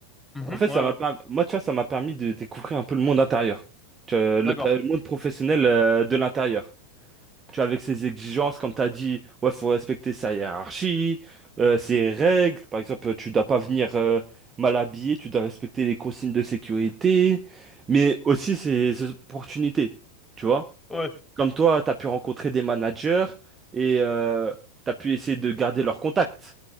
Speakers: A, in the centre; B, on the right.
A: Mhm,
B: En fait,
A: ouais,
B: ça m'a
A: ouais.
B: permis, moi, tu vois, ça m'a permis de découvrir un peu le monde intérieur. Tu vois, le,
A: D'accord.
B: le monde professionnel euh, de l'intérieur. Tu vois, avec ses exigences, comme tu as dit, ouais, faut respecter sa hiérarchie, euh, ses règles. Par exemple, tu dois pas venir euh, mal habillé, tu dois respecter les consignes de sécurité, mais aussi ses, opportunités. Tu vois?
A: Ouais,
B: Comme toi, tu as pu rencontrer des managers et tu as pu essayer de garder leurs contacts.